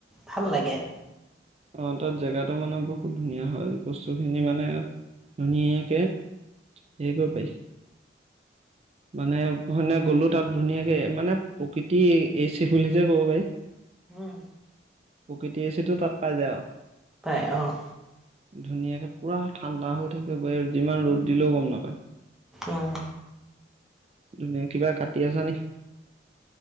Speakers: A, in the centre; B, on the right.
A: ভাল লাগে। লাগে
B: অ তাত জেগাতটো মানে বহুত ধুনীয়া হয় বস্তু খিনি মানে ধুনীয়াকে। এইবো পাই। মানে সন গ'লো তাত ধুনীয়াকে মানে প্ৰকৃতি এই চিফুলি যে ক'ব পাৰি
A: উম।
B: প্ৰকৃতি এ চি তাত পাই যায় আৰু
A: পায় অঁ
B: ধুনীয়াকে পুৰা ঠাণ্ডা হৈ থাকে ব যিমান ৰ'দ দিলেও গম নাপায়।
A: উম।
B: ধ কিবা কাটি আছা নে